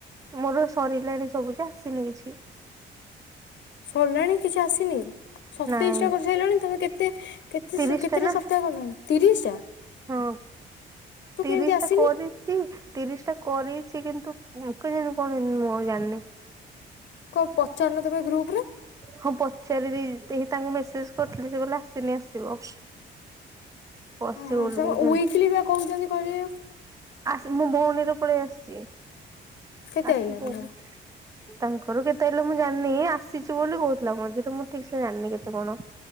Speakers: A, on the right; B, on the left.
A: ମୋର ସରିଲାଣି ସବୁଯା ଆସିନି କିଛି।
B: ସରିଲାଣି କିଛି ଆସିନି? ସତେଇଶ
A: ନାଇଁ
B: ଟା କରିସାଇଲଣି ତମେ କେତେ କେତେ
A: ତିରିଶ
B: କେତେଟା
A: ଟା ନା
B: ସପ୍ତାହ କଲଣି? ତିରିଶ ଟା।
A: ହଁ
B: ତୁ
A: ତିରିଶ
B: କେମିତି ଆସିନି
A: ଟା କରିଚି। ତିରିଶ ଟା କରିଚି କିନ୍ତୁ କେ ଜାଣି କଣ ମୁଁ ଆଉ ଜାଣିନି।
B: କଣ ପଚାରୁନ ତମେ ଗ୍ରୁପ୍ ରେ?
A: ହଁ ପଚାରିଦେଇ <unintelligible> ତାଙ୍କୁ ମେସେଜ୍ କରିଥିଲି ସେ କହିଲା ଆସିନି ଆସିବ। ଆସିବ
B: ଓହୋ
A: ବୋଲି
B: <unintelligible>
A: କହୁଛନ୍ତି।
B: ୱିକ୍ଲି ପା କହୁଛନ୍ତି କରିବାକୁ।
A: ଆ ମୋ ଭଉଣୀର ପଳେଇ ଆସିଚି
B: କେତେ
A: ଆସିବ
B: ଆଇଲା ତମର
A: ତାଙ୍କର କେତେ ହେଲେ ମୁଁ ଜାଣିନି ଆସିଚି ବୋଲି କଉଥିଲା ମଝିରେ ମୁଁ ଠିକ୍ ସେ ଜାଣିନି କେତେ କଣ?